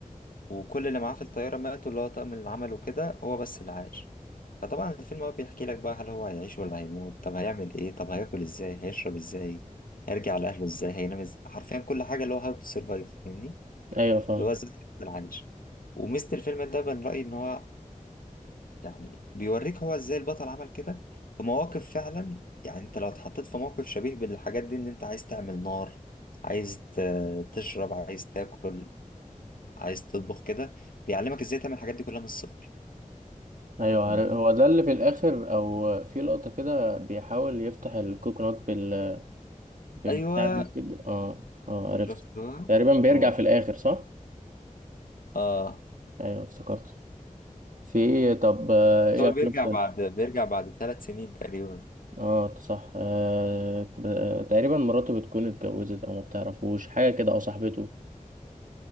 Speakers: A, on the left; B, on the right.
A: وكل اللي معاه في الطيارة ماتوا اللي هو طاقم اللي عمله كده هو بس اللي عاش فطبعا الفيلم بقى بيحكي لك بقى هل هو هيعيش ولا هيموت طب هيعمل ايه طب هياكل ازاي هيشرب ازاي هيرجع لأهله ازاي هينام ازاي حرفيا كل حاجة اللي هو هاو تو سرفايف فاهمني
B: ايوه فاهم
A: اللي هو ازاي هيفضل عايش وميزة الفيلم ده من رأيي ان هو يعني بيوريك هو ازاي البطل عمل كده في مواقف فعلا يعني انت لو اتحطيت في موقف شبيه بالحاجات دي ان انت عايز تعمل نار عايز ت- تشرب عايز تاكل عايز تطبخ كده بيعلمك ازاي تعمل الحاجات دي كلها من الصفر
B: ايوه
A: فاهمني
B: عارف هو ده اللي في الاخر او في لقطة كده بيحاول يفتح الكوكونات بال بالبتاع
A: ايوه
B: ده كده اه اه عرفت
A: شفتها
B: تقريبا بيرجع
A: اه
B: في الاخر صح؟
A: اه
B: ايوه افتكرته في ايه طب آه، ايه
A: بس هو
B: افلام
A: بيرجع
B: تانية؟
A: بعد بيرجع بعد ثلاث سنين تقريبا
B: اه صح آه ب- آه، تقريبا مراته بتكون اتجوزت او ما بتعرفوش حاجه كده او صاحبته